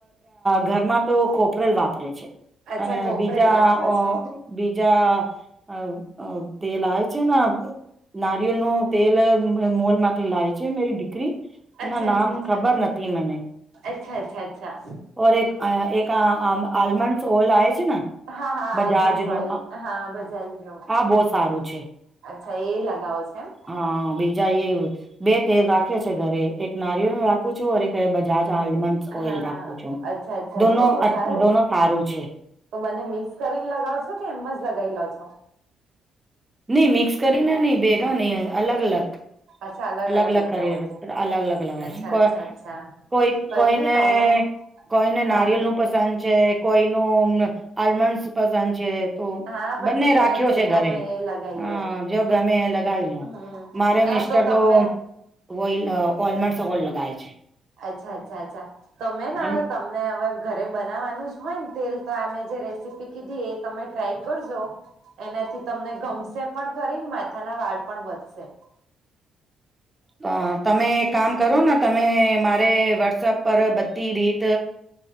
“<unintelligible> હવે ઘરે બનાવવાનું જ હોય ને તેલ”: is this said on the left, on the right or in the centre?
Right